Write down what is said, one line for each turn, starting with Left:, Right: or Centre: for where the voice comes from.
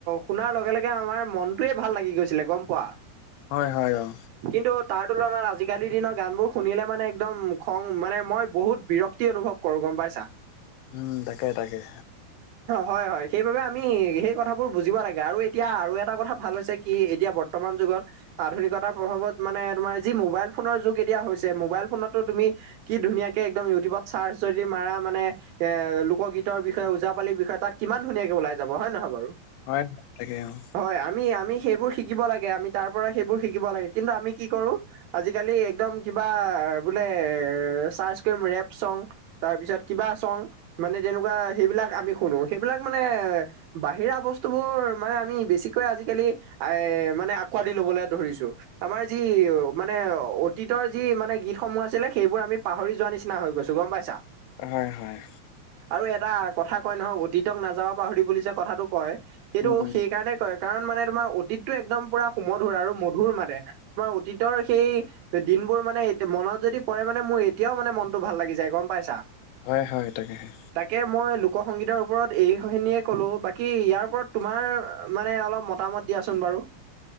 Right: শুনাৰ লগে-লগে আমাৰ মনটোৱেই ভাল লাগি গৈছিলে, গম পোৱা?
Left: হয়-হয় অ'।
Right: কিন্তু তাৰ তুলনাত আজিকালি দিনৰ গানবোৰ শুনিলে মানে একদম খং, মানে মই বহুত বিৰক্ত ক্তি অনুভৱ কৰো গম পাইছা?
Left: উম, তাকে-তাকে।
Right: হয়-হয়, সেইবাবে আমি সেই কথাবোৰ বুজিব লাগে আৰু এতিয়া আৰু এটা কথা ভাল হৈছে কি এতিয়া ব বৰ্তমান যুগত আধুনিকতাৰ প্ৰভাৱত মানে তোমাৰ যি মোবাইল ফোনৰ যুগ এতিয়া হৈছে, মোবাইল ফোনতো তুমি কি ধুনীয়াকে একদম ইউটিউবত চাৰ্চ যদি মাৰা মানে এ লোকগীতৰ বিষয়ে, ওজাপালিৰ বিষয়ে তাত কিমান ধুনীয়াকে ওলাই যাব হয় নহয় বাৰু?
Left: হয় তাকে অ'।
Right: হয় আমি-আমি সেইবোৰ শিকিব লাগে আমি তাৰপৰা সেইবোৰ শিকিব লাগে, কিন্তু আমি কি কৰো আজিকালি একদম কিবা বোলে চাৰ্চ কৰিম ৰেপ চং তাৰপিছত কিবা চং, মানে তেনেকুৱা সেইবিলাক আমি শুনো, সেইবিলাক মানে বাহিৰা বস্তুবোৰ মানে আমি বেছিকৈ আজিকালি এ মানে আকোঁৱালি লবলৈ ধৰিছোঁ‌। আমাৰ যি অ' মানে অতীতৰ যি মানে গীতসমূহ আছিলে সেইবোৰ আমি পাহৰি যোৱা নিচিনা হৈ গৈছোঁ‌, গম পাইছা?
Left: হয়-হয়।
Right: আৰু এটা কথা কয় নহয় অতীতক নাযাব পাহৰি বুলি যে কথাটো কয়, সেইটো
Left: উম
Right: সেইকাৰণে কয়। কাৰণ মানে তোমাৰ অতীতটো একদম পুৰা সুমধুৰ আৰু মধুৰ মানে, তোমাৰ অতীতৰ সেই- দিনবোৰ মানে মনত যদি পৰে মানে মোৰ এতিয়াও মানে মনটো ভাল লাগি যায় গম পাইছা।
Left: হয়-হয়, তাকেহে।
Right: তাকে মই লোক সংগীতৰ ওপৰত এইখিনিয়ে ক'লো বাকী' ইয়াৰ ওপৰত তোমাৰ মানে অলপ মতামত- দিয়াচোন বাৰু?